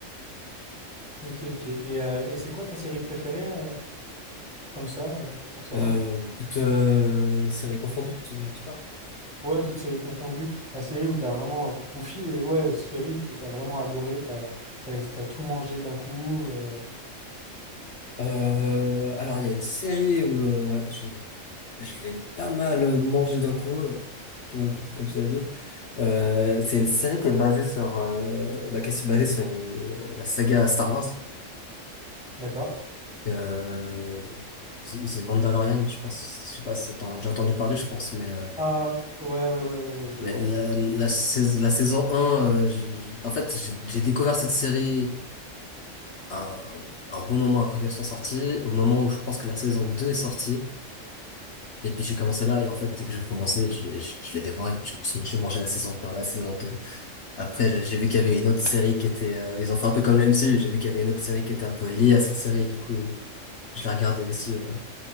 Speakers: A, in the centre; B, on the left (about 60°).
A: Ok, ok. Et, euh, et c'est quoi ta série préférée, euh, comme ça, euh, pour savoir?
B: Euh, toute euh, série confondue, tu, tu parles?
A: Ouais, toutes séries confondues. La série où t'as vraiment. euh, ou fi- euh, ouais, série que t'as vraiment adoré, t'as, t'as, t'as tout mangé d'un coup. euh,
B: Euh, alors, il y a une série où euh, ouais, j'ai- je l'ai pas mal mangé d'un coup, euh, comme, on peut- comme tu l'as dit. Euh, c'est une série qui est basée sur, euh, bah, qui est basée sur une- euh, la saga Star Wars.
A: D'accord?
B: Et, euh, The The Mandalorian, je pense, je sais pas si t'en as déjà entendu parler, je pense, mais, euh,
A: Ah, ouais, ouais, ouais, ouais, ouais, je
B: mais
A: vois.
B: la,
A: Ouais.
B: la, saison, la saison 1, euh, j'ai- en fait, j'ai j'ai découvert cette série un, un bon moment après qu'elle soit sortie, au moment où je pense que la saison 2 est sortie, Et puis j'ai commencé là et en fait dès que j'ai commencé je, je, je l'ai dévoré. Je me suis- J'ai mangé la saison un la saison deux Après j'ai j'ai vu qu'il y avait une autre série qui était euh, ils ont fait un peu comme le MCU, j'ai vu qu'il y avait une autre série qui était un peu liée à cette série du coup je la regardais aussi euh,